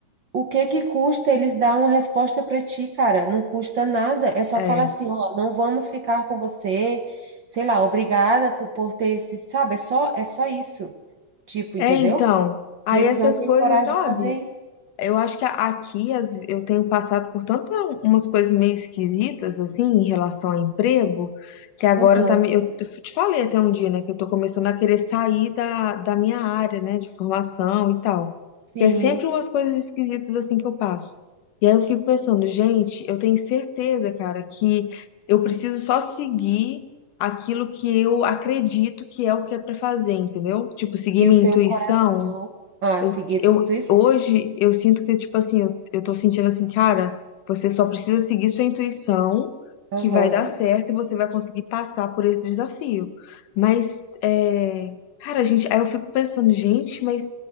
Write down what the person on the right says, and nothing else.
O que que custa eles dar uma resposta para ti, cara? Não custa nada. É só
falar assim, ó, não vamos ficar com você. Sei lá, obrigada por por ter esse, sabe? É só, é só isso. Tipo,
entendeu?
E eles
não têm
coragem
de fazer isso.
Aham.
Sim,
que
o teu
coração, ah,
seguir a
tua intuição.
Aham.